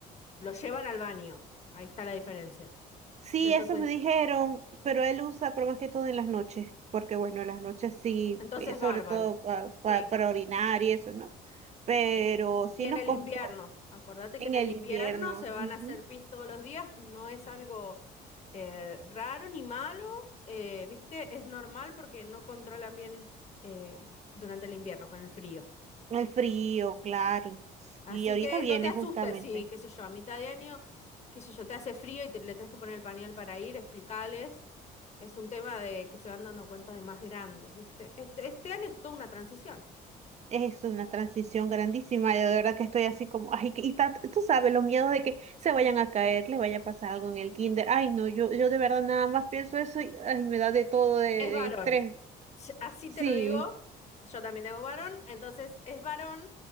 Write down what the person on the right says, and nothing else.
Sí,
eso me dijeron, pero él usa, pero más que todo en las noches, porque bueno, en las noches sí,
eh, sobre
todo pa- pa-
para orinar y eso, ¿no? Pero
sí
nos
costó
en
el
invierno,
ujú,
El frío, claro.
Y ahorita
viene
justamente.
Es una transición grandísima, y de verdad que estoy así como, ay, y ta- tú sabes, los miedos de que se vayan a caer, le vaya a pasar algo en el kinder, ay, no, yo, yo de verdad nada más pienso eso y, ay, me da de todo de, de
estrés,
sí,